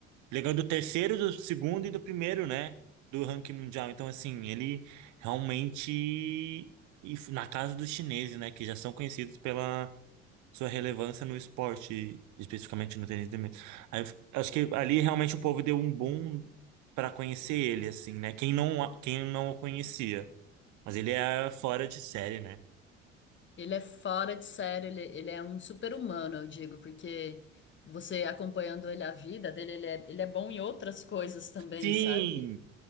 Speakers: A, on the right; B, on the left.
A: Ele do terceiro, do segundo e do primeiro, né? Do ranking mundial. Então, assim, ele realmente. E f- na casa dos chineses, né? Que já são conhecidos pela sua relevância no esporte, especificamente no tênis de mesa. Aí, eu f- acho que ali realmente o povo deu um boom para conhecer ele, assim, né? Quem não, a- quem não o conhecia. Mas ele é fora de série, né?
B: Ele é fora de série, ele, ele é um super-humano, eu digo, porque você acompanhando ele a vida dele, ele é, ele é bom em outras coisas também,
A: Sim!
B: sabe?